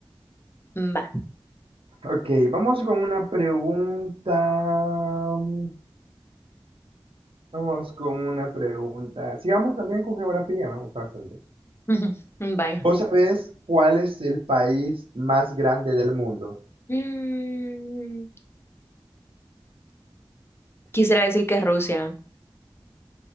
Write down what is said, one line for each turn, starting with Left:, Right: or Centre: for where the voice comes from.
Left: Va.
Right: Ok, vamos con una pregunta. mm, Vamos con una pregunta. Sigamos también con geografía, me gusta bastante.
Left: <laughs> Vaya.
Right: ¿Vos sabés cuál es el país más grande del mundo?
Left: Mm, Quisiera decir que es Rusia.